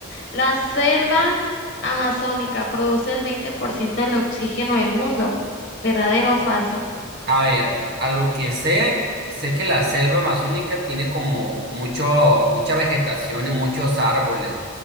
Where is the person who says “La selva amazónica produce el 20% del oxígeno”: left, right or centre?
Left